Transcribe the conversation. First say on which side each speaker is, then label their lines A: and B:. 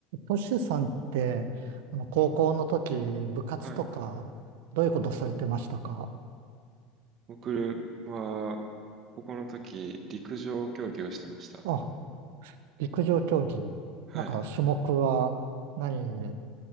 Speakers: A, on the right; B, on the right.
A: トシさんって、あの、高校の時、部活とか、
B: はい。
A: どういうことされてましたか
B: 僕は、高校の時、陸上競技をしてました。
A: あ、陸上競技。
B: はい。
A: なんか、種目は何